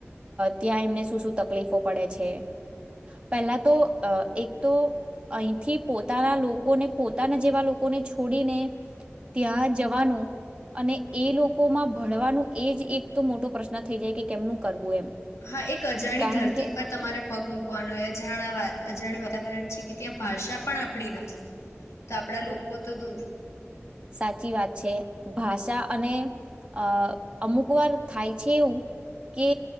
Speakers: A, on the right (about 20°); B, on the left (about 85°).
A: ત્યાં એમને શું શું તકલીફો પડે છે પહેલા તો એક તો અહીંથી પોતાના લોકોને પોતાના જેવા લોકો <inaudible> લોકોને છોડીને ત્યાં જવાનું અને એ લોકોમાં ભણવાનું એ જ એક તો મોટો પ્રશ્ન થઈ જાય કે કેમનું કરવું એમ
B: હા એક અજાણી
A: કારણ
B: ધરતી
A: કે
B: પર તમારે પગ મુકવાનો હો અજાણ વાત અજાણી વાત વાતાવરણ છે કે ત્યાં ભાષા પણ આપ આપડી નથી તો આપડા લોકો તો દૂર
A: સાચી વાત છે ભાષા અને અ અમુક વાર થાય છે એવું કે